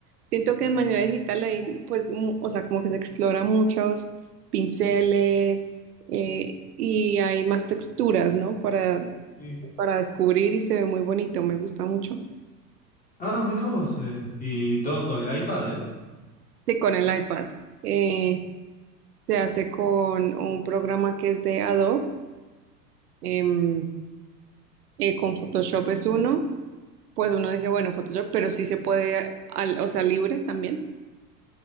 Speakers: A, on the right; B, on the left.
A: Siento que de manera digital ahí, pues, mu- o sea, como que se explora muchos pinceles eh, y hay más texturas, ¿no? Para,
B: Sí.
A: para descubrir y se ve muy bonito, me gusta mucho.
B: Ah, mira vos. eh. ¿Y todo con el iPad, eh?
A: Sí, con el iPad. Eh, se hace con un programa que es de Adobe. em, eh, con Photoshop es uno. Pues uno dice, bueno, Photoshop, pero sí se puede, al- o sea, libre también.